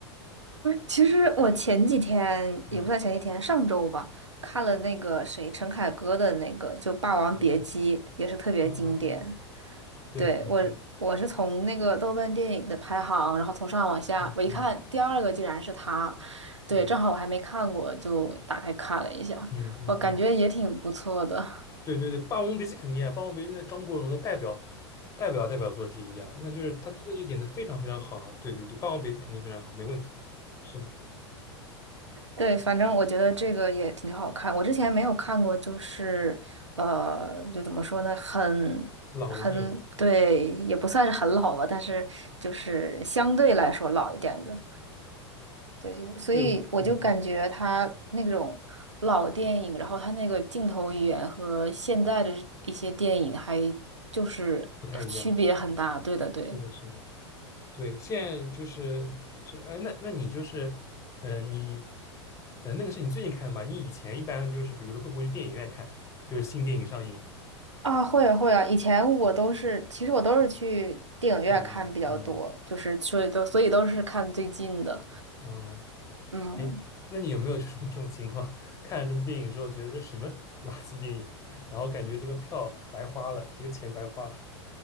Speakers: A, on the right (about 85°); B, on the left (about 20°).
A: 其实我前几天也不算前几天，
B: 嗯
A: 上周吧，看了那个谁陈凯歌的那个就《霸王别姬》，
B: 嗯
A: 也是特别经典。
B: 啊，对对对，
A: 对，我我是从那个豆瓣电影的排行，然后从上往下，
B: 嗯
A: 我一看第二个竟然是他，对，
B: 嗯
A: 正好我还没看过，就打开看了一下，
B: 嗯嗯嗯，
A: 我感觉也挺不错的。
B: 对对对，《霸王别姬》肯定啊，《霸王别姬》那张国荣的代表代表代表作之一啊，那就是他真的就演的非常非常好啊。对对对，《霸王别姬》肯定非常好，没问题。是的，
A: 对，反正我觉得这个也挺好看，我之前没有看过，就是呃，就怎么说呢，很很对，
B: 老的电影，
A: 也不算是很老吧，但是就是相对来说老一点的。对，所以我就感觉他那种老电影，
B: 对，嗯，嗯
A: 然后他那个镜头语言和现在的一些电影还就是区别很大。
B: 不太一样，是
A: 对的，对。
B: 是的，是的。对，现在就是是哎，那那你就是，呃，你，呃，那个是你最近看的吗？你以前一般就是，比如说会不会去电影院看，就是新电影上映，
A: 啊，会啊会啊，以前我都是，其实我都是去电影院看比较多，
B: 电影院，嗯
A: 就是所以都所以都是看最近的。
B: 哦，
A: 嗯，
B: 哎，那你有没有 <laughs> 就是这种情况，看了这部电影之后，觉得这什么 <laughs> 垃圾电影，然后感觉这个票白花了，这个钱白花了